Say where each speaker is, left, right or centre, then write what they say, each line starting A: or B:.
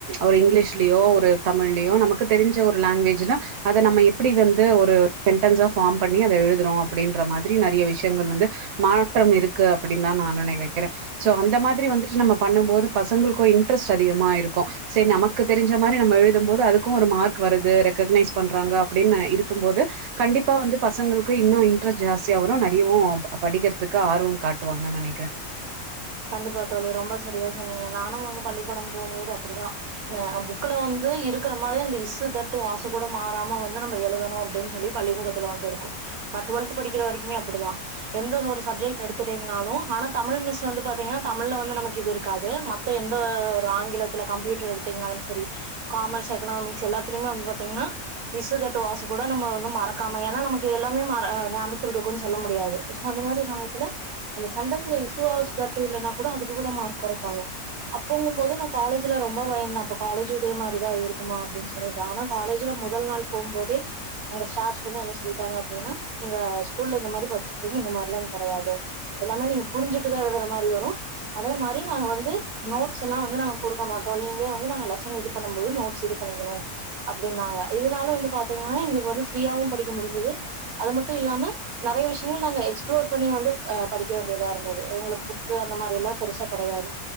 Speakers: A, on the right; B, on the right.
A: ஒரு இங்கிலீஷ்லியோ ஒரு தமிழ்லியோ நமக்கு தெரிஞ்ச ஒரு லாங்குவேஜ்ல அத நம்ம எப்டி வந்து ஒரு சென்டன்ஸா ஃபார்ம் பண்ணி அத எழுதுறோ அப்டின்ற மாத்ரி நறைய விஷ்யங்கள் வந்து மாற்றம் இருக்கு அப்டின்னு தா நா நனைக்கிறேன் சோ அந்த மாதிரி வந்தட்டு பண்ணும் போது பசங்களுக்கும் இன்ட்ரெஸ்ட் அதிகமா ஆயிருக்கு சரி நமக்கு தெரிஞ்ச மாத்ரி நம்ம எழுதும்போது அதுக்கு ஒரு மார்க் வருது ரெகக்னைஸ் பண்றாங்க அப்டின் நா இருக்கும்போது கண்டிப்பா வந்து பசங்களுக்கு இன்னு இன்ட்ரெஸ்ட் ஜாஸ்தியா வரு நெறையவு படிக்கிறதுக்கு ஆர்வம் காட்டுவாங்கன் நெனைக்கிற
B: கண்டிப்பா தோழி ரொம்ப சரியா சொன்னிங்க நானும் வந்து பள்ளிக்கூடம் போகும்போது அப்படிதா ஆ புக்குல வந்து இருக்கிற மாதிரி அந்த இஸ்சு தட்டு வாசு கூட மாறாம வந்து நம்ம எழுதணு அப்படின்னு சொல்லி பள்ளிக்கூடத்துல வந்து இருக்கு நா டுவெல்த்து படிக்கிற வரைக்குமே அப்படிதா எந்த ஒரு சப்ஜெக்ட் எடுத்துட்டிங்கனாலு ஆனா தமிழ் மிஸ் வந்து பாத்திங்கனா தமிழ்ல வந்து நமக்கு இது இருக்காது மத்த எந்த ஒரு ஆங்கிலத்துல கம்ப்யூட்டர் எடுத்திங்னாலும் சரி காமர்ஸ் எகனாமிக்ஸ் எல்லாத்துலியுமே வந்து பாத்திங்னா இஸ்சு தட்டு வாஸ் கூட நம்ம வந்து மறக்காமா ஏன்னா நமக்கு எல்லாமே மற ஞாபத்துல இருக்குன் சொல்ல முடியாது சோ அந்த மாரி சமயத்துல அந்த சென்டன்ஸ்ல இஸ்சு வாஸ் தட் இல்லனா கூட அதுக்கு கூட மார்க் கொறைப்பாங்க அப்பங்கும்போது நா காலேஜ்ல ரொம்ப பயந்த அப்ப காலேஜு இதே மாரிதா இருக்குமா அப்டினு சொல்லிட்டு ஆனா காலேஜ்ல முதல் நாள் போம்போதே எங்க ஸ்டாஃப்ஸ் வந்து என்ன சொல்லிட்டாங்க அப்டின்னா நீங்க ஸ்கூல்ல இந்த மாரி படிச்சிருப்பிங்க இந்த மாரிலா இங்க கெடையாது எல்லாமே நீங்க புரிஞ்சுட்டுதா எழுதற மா ரி வரு அதே மாரி நாங்க வந்து நோட்ஸ் எல்லா வந்து நாங்க குடுக்க மாட்டோ நீங்களே வந்து நாங்க லெசன் இது பண்ணும் போது நோட்ஸ் இது பண்ணிக்கனு அப்படினாங்க இதுனாலு வந்து பாத்திங்கனா எங்களுக்கு வந்து ஃப்ரீயாவு படிக்க முடிஞ்சுது அது மட்டு இல்லாம நெறைய விஷயங்கள் நாங்க எக்ஸ்ப்ளோர் பண்ணி வந்து படிக்க வேண்டியதா இருந்தது எங்களுக்கு புக் கு அந்த மாரி எல்லா பெருசா கெடையாது